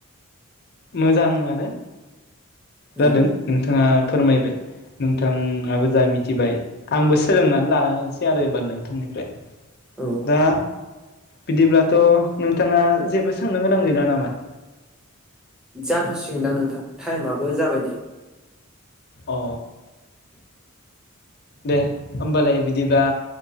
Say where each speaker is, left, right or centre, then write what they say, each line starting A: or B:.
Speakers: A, on the left; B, in the centre.
A: मोजाङानो। जादों
B: औ
A: नोंथाङा फोरमायबाय। नोंथाङाबो जा मिथिबाय आंबो सोलोंनानै लानोसै आरो एबार नोंथांनिफ्राय।
B: औ
A: दा बिदिब्लाथ नोंथाङा जेबो सोंनो गोनां गैला नामा?
B: जाथसिगोनदां नोंथां टाइमाबो जाबाय नै
A: अ दे होमबालाय बिदिब्ला